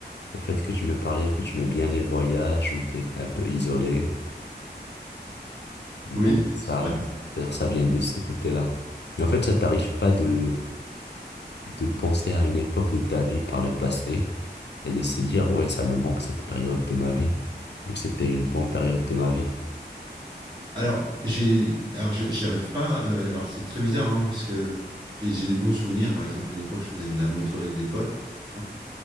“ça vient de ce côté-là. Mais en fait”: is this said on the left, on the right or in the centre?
Left